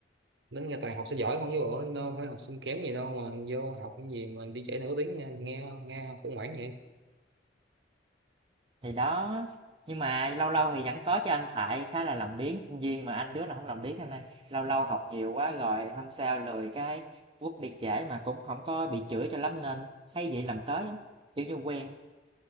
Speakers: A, on the right; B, on the right.
A: tính ra toàn học sinh giỏi không chứ bộ đâu phải học sinh kém gì đâu mà vô học cái gì mà đi trễ nửa tiếng nghe nghe, nghe khủng hoảng vậy
B: Thì đó, nhưng mà lâu lâu thì vẫn có cho anh, tại khá là làm biếng, sinh viên mà anh đứa nào không làm biếng anh ơi. Lâu lâu học nhiều quá rồi hôm sau lười cái quất đi trễ mà cũng không có bị chửi cho lắm nên thấy vậy làm tới á, kiểu như quen.